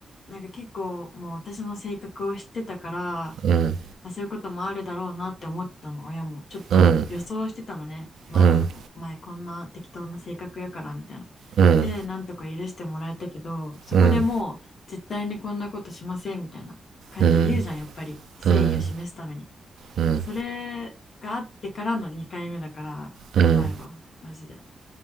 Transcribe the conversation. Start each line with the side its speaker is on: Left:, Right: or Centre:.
Left: なんか結構もう私の性格を知ってたから、
Right: うん、
Left: まあ、そういうこともあるだろうなって思ったの、親も。ちょっと予想してたのね。
Right: うん、
Left: まあ、
Right: うん、
Left: お前こんな適当な性格やからみたいな。
Right: うん、
Left: で、なんとか許してもらえたけど、そこでもう絶対にこんなことしませんみたいな感じで言うじゃん、
Right: うん、うん、
Left: やっぱり。誠意を示すために。
Right: うん、うん、
Left: それがあってからの2回目だから、
Right: うん。
Left: やばいわ、マジで。